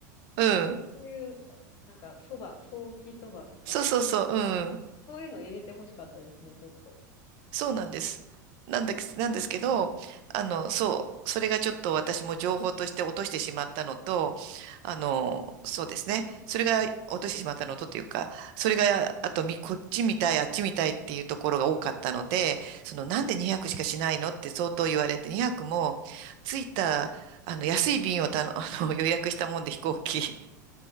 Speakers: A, on the left; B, on the right.
A: なんかそういう、
B: うん。
A: なんかそば、ソーキそばとか、
B: そうそうそう、うん。
A: そういうの入れてほしかったですね、ちょっと。
B: そうなんです。なんだけ、なんですけど、あの、そう、それがちょっと私も情報として落としてしまったのと、あの、そうですね。それが落としてしまったのとというか、それが、あとみ、こっちみたい、あっちみたいっていうところが多かったので、その、なんで200しかしないのって相当言われて、200も、着いた、あの、安い便をたの、あの、予約したもんで飛行機。